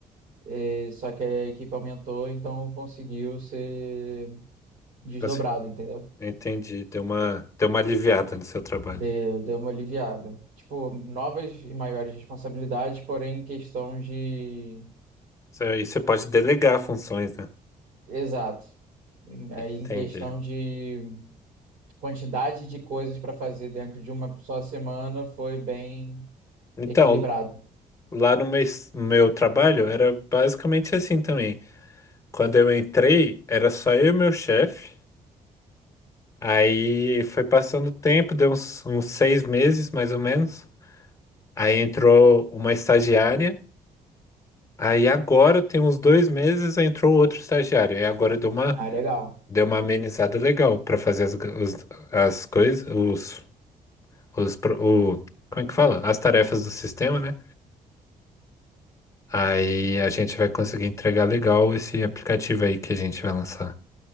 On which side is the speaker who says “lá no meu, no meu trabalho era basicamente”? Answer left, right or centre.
Left